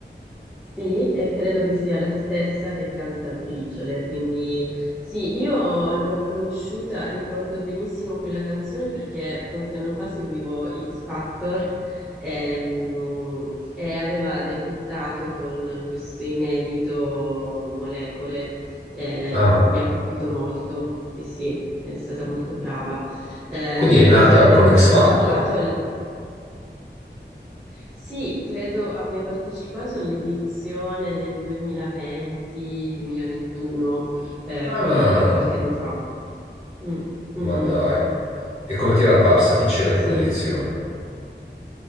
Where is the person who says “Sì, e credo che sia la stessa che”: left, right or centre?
Centre